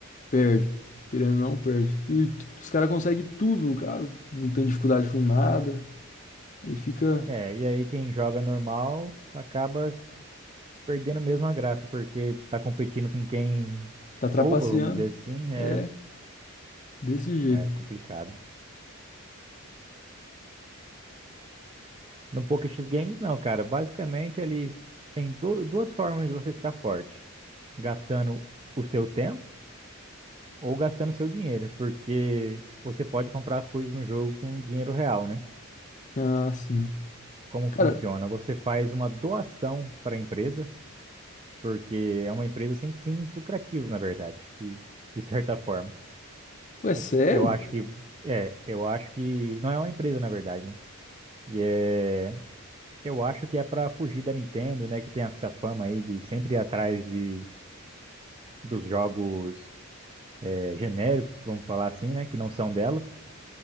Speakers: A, on the left; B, on the right.
A: perde, querendo ou não, perde. E t- os caras conseguem tudo, no caso, não tem dificuldade com nada. Aí fica
B: É, e aí quem joga normal acaba perdendo mesmo a graça, porque tá competindo com quem
A: Tá trapaceando?
B: rouba, vamos dizer assim, é,
A: É, desse jeito.
B: é complicado. No Poker X Games, não, cara. Basicamente, ele tem du- duas formas de você ficar forte: gastando o seu tempo ou gastando o seu dinheiro, porque você pode comprar as coisas no jogo com dinheiro real, né?
A: Ah, sim.
B: Como funciona?
A: Cara,
B: Você faz uma doação para a empresa, porque é uma empresa sem fins lucrativos, na verdade, e de certa forma.
A: ué, sério?
B: Eu eu acho que é, eu acho que não é uma empresa, na verdade, né? E é. Eu acho que é pra fugir da Nintendo, né? Que tem essa fama aí de sempre ir atrás de, dos jogos eh, genéricos, vamos falar assim, né? Que não são dela.